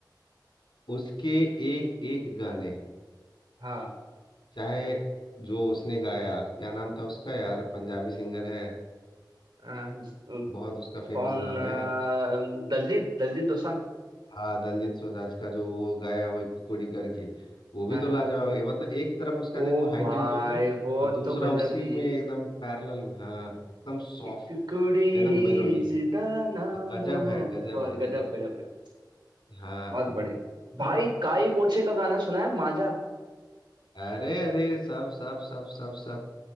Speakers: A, on the left; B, on the right.
A: उसके एक एक गाने
B: हाँ
A: चाहे जो उसने गाया क्या नाम था उसका यार पंजाबी सिंगर है
B: अ,
A: बहुत उसका फेमस
B: कौन
A: नाम
B: अ,
A: है यार
B: दलजीत दलजीत दोसांझ
A: हाँ दलजीत दोसांझ का जो वो गाया वो एक कुड़ी करके वो भी
B: हाँ
A: तो लाजवाब है मतलब एक तरफ उसका
B: ओ
A: देखो हाई
B: भाई
A: टेम्पो का
B: वो
A: और दूसरा
B: तो गजब
A: उसी
B: ही
A: में
B: है
A: एकदम पैरेलल में हाँ एकदम सॉफ्ट
B: एक कुड़ी
A: एकदम मेलोडी
B: जिदा नाम
A: गजब
B: मोहब्बत
A: है गजब
B: बहुत
A: है गजब
B: गजब गजब गजब
A: हाँ
B: बहुत बढ़िया भाई काई पोछे का गाना सुना है मांझा
A: अरे अरे सब सब सब सब सब